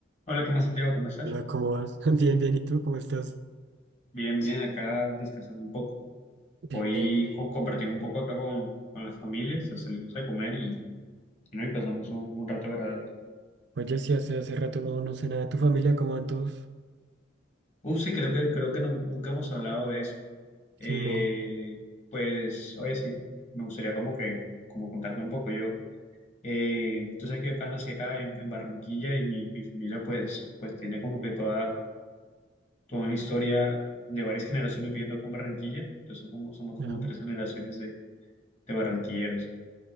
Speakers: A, on the left; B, on the right.
A: Hola, ¿qué más, Santiago? ¿Cómo estás?
B: Hola, ¿cómo vas? <laughs> Bien, bien, ¿y tú? ¿Cómo estás?
A: Bien, bien, acá descansando un poco.
B: Bien.
A: Hoy co- compartí un poco acá con, con las familias, o sea, salimos a comer y, y, no, y pasamos un, un rato agradable.
B: Oye, sí, hace, hace rato no, no sé nada de tu familia, ¿cómo van todos?
A: Uf, sí, creo que, creo que nu- nunca hemos hablado de eso. Eh,
B: Sí, no,
A: pues, oye, sí, me gustaría como que, como contarte un poco yo. Eh, tú sabes que yo acá nací acá en, en Barranquilla y mi, mi familia pues, pues tiene como que toda, toda una historia de varias generaciones viviendo con Barranquilla. Entonces somos, somos
B: ajá,
A: como tres generaciones de, de barranquilleros.